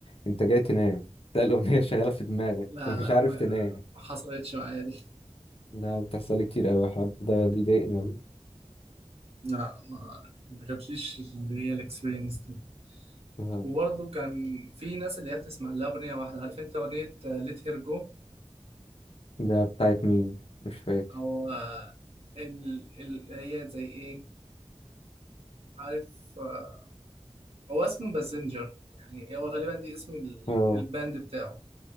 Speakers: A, on the left; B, on the right.
A: انت جاي تنام تلاقي الاغنيه شغاله في دماغك
B: لا
A: <laughs> فمش
B: لا
A: عارف
B: ما
A: تنام
B: ما حصلتش معايا دي
A: ده بتحصل لي كتير قوي الحوار ده بيضايقني قوي
B: لا ما, ما جاتليش اللي هي الاكسبيرينس دي
A: آه،
B: وبرضه كان في ناس اللي هي بتسمع لها أغنية واحدة عارف أنت أغنية ليت هير جو
A: ده بتاعت مين مش فاكر
B: أو آه، ال... ال... هي زي إيه عارف آه، هو اسمه باسنجر يعني هو غالبا دي اسم ال...
A: اه
B: الباند بتاعه